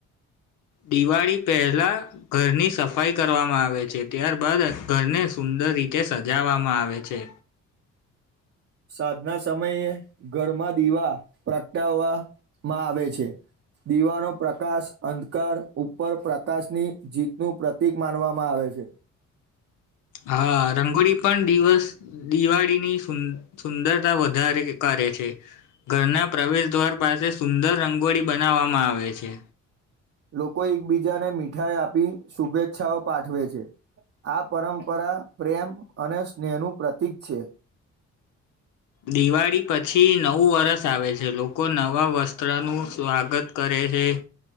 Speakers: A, on the left (about 80°); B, on the right (about 50°).
A: દિવાળી પહેલા ઘરની સફા. સફાઈ કરવામાં આવે છે ત્યારબાદ ઘરને સુંદર રીતે સજાવવામાં આવે છે.
B: સાધના સમયે ઘરમાં દીવા પ્રગટાવવામાં આવે છે. દીવાનો પ્રકાશ અંધકાર ઉપર પ્રકાશની જીતનું પ્રતિક માનવામાં આવે છે.
A: હા રંગોળી પણ દિવસ. દિવાળીનીું સુંદરતા વધારે કરે છે. ઘરના પ્રવેશ દ્વાર પાસે સુંદર રંગોળી બનાવવામાં આવે છે.
B: લોકો એકબીજાને મીઠાઈ આપી શુભેચ્છાઓ પાઠવે છે. આ પરંપરા પ્રેમ અને સ્નેહનું પ્રતીક છે.
A: દિવાળી પછી નવું વરષ આવે છે લોકો નવા વસ્ત્રનું સ્વાગત, કરે છેે.